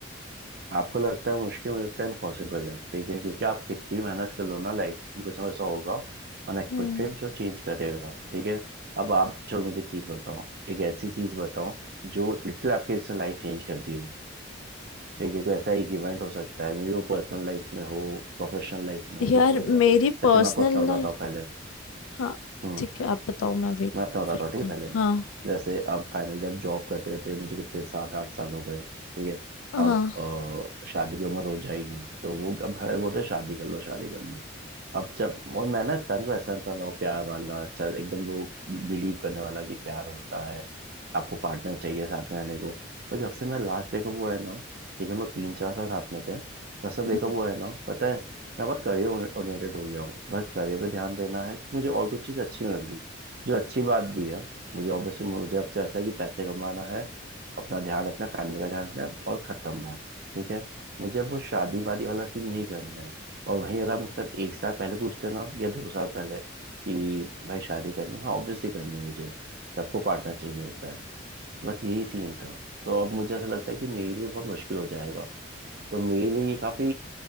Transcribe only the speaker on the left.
हम्म
यार
मेरी
पर्सनल
लाइफ
हाँ
ठीक है आप बताओ मैं वेट
फिर
बताऊँ
हाँ
हाँ
हम्म